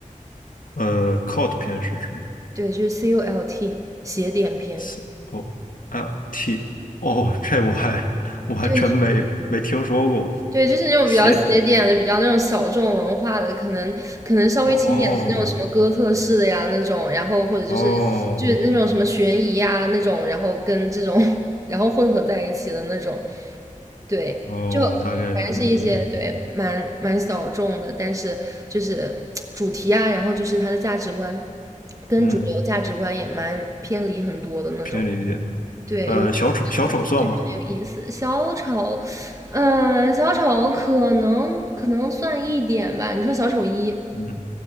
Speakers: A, on the left (about 80°); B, on the right (about 25°).
A: 呃，cult 片是指
B: 对，就是 CULT 邪典片。
A: C O L T 哦，这我还我还真没没听说过。
B: 对对，就是那种比较邪典的、
A: 邪
B: 比较那种小众文化的，可能可能稍微轻点的那种什么哥特式的呀那种，
A: 哦
B: 然后或者就是就是那种什么悬疑呀那种，
A: 哦
B: 然后跟这种 <laughs> 然后混合在一起的那种，对，
A: 哦，
B: 就
A: 我大概了解，
B: 反正是一些对蛮蛮小众的，
A: 嗯
B: 但是就是主题啊，然后就是它的价值观跟主流价值观也蛮偏离很多的那种。
A: 嗯，偏理解。
B: 对，
A: 呃，
B: 有，就觉得这种对蛮有意思。
A: 小丑小丑算吗？
B: 小丑，嗯、小丑可能可能算一点吧。你说小丑一，
A: 嗯